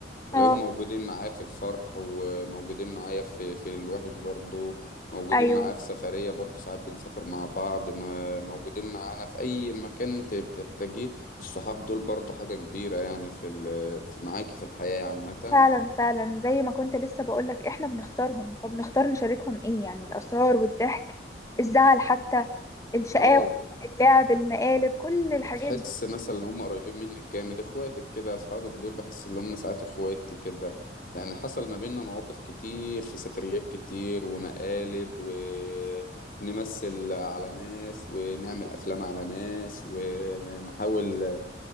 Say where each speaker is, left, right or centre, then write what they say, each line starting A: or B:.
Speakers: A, on the left; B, on the left.
A: تلاقيهم
B: اه
A: موجودين معاه في الفرح وموجودين معايا في في الوحش برضو موجودين
B: ايوه
A: معاه في سفرية برضو ساعات بنسافر مع بعض م- موجودين معانا في أي مكان أنت بتحتاجيه الصحاب دول برضو حاجة كبيرة يعني في ال في معاك في الحياة عامة
B: فعلا فعلا زي ما كنت لسه بقولك احنا بنختارهم فبنختار نشاركهم ايه يعني الاسرار والضحك الزعل حتى الشقاوة
A: اه
B: اللعب المقالب كل الحاجات
A: بتحس
B: دي
A: مثلا ان هم قريبين منك جامد اخواتك كده اصحابك دول بحس ان هم ساعات اخواتي كده يعني حصل ما بيننا مواقف كتير في سفريات كتير ومقالب ونمثل على ناس ونعمل افلام على ناس ونحاول